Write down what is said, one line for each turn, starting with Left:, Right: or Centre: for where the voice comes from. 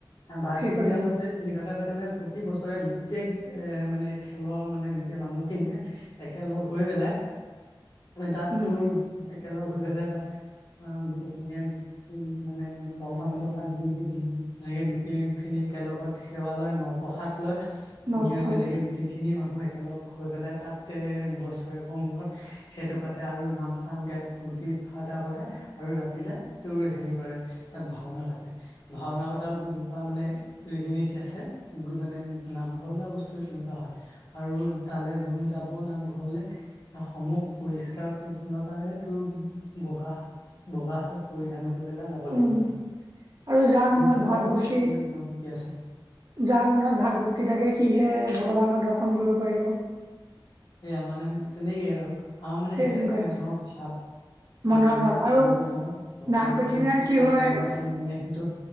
Left: বাৰ্ষিক
Right: পাতে
Left: বিলাক
Right: অ
Left: এনেকোৱা পাতে প্ৰতি বছৰে গোটেই এ মানে খেলৰ মানে গোটেই মানুহখিনিয়ে একেলগ হৈ পেলাই মানে তাত
Right: উম
Left: তোৰ গৈ পেলাই তাত অ গোটেইখিনিয় মানে <unintelligible> এনেকে গোটেই খিনি একেলগত সেৱা লয় নপ্ৰসাদ লয়
Right: নৱপ্ৰসাদ
Left: তেনেকে
Right: লয়
Left: গোটেই খিনি মানুহ একেলগ হৈ পেলাই তাতে বছৰেকৰৰ মূৰত সেইটো পাতে আৰু নাম চাম গাই। ফূৰ্তি-ফাৰ্তা কৰে আৰু ৰাতিলে তোৰ হেৰি কৰে তাত ভাওনা পাতে। ভাওনা পতা তেনেকুৱা মানে টো ৰীতি-নীতি আছে। মানে নামঘৰ বোলা বস্তুটো তেনেকুৱা হয়। আৰু তালে যোন যা ব নামঘৰলে, সমূহ পৰিষ্কাৰ- পৰিছন্নতাৰে তোৰ বগা সাজ- বগা সাজ পৰিধান কৰি পেলাই যাব
Right: উম
Left: লাগিব।
Right: আৰু যাৰ মনত
Left: তেনেকুৱা
Right: ভাগ- ভক্তি
Left: কিছুমান নিয়ম নীতি আছে
Right: যাৰ মনত ভাগ- ভক্তি থাকে, সিহে ভগৱানৰ দৰ্শন কৰিব পাৰিব।
Left: সেয়া মানে তেনেকেই আৰু। আমাৰ মানে
Right: সেই তেনেকুৱাই
Left: সেইটো এটা মনৰ ভাৱ।
Right: মনৰ
Left: মানে মনে
Right: ভাৱ আৰু
Left: ভাবি লৈ পেলাই, ভগৱান
Right: নাম কীৰ্তনত
Left: শ্ৰীকৃষ্ণৰ
Right: কি হয়
Left: নামত আমি মানে সেইটো